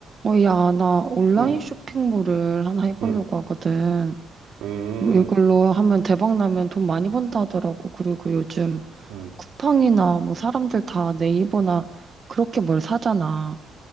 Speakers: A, on the right; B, on the right.
A: 어, 야, 나 온라인
B: 응.
A: 쇼핑몰을 하나 해보려고
B: 응.
A: 하거든.
B: 음,
A: 이걸로 하면 대박 나면 돈 많이 번다 하더라고. 그리고 요즘
B: 응.
A: 쿠팡이나 뭐 사람들 다 네이버나 그렇게 뭘 사잖아.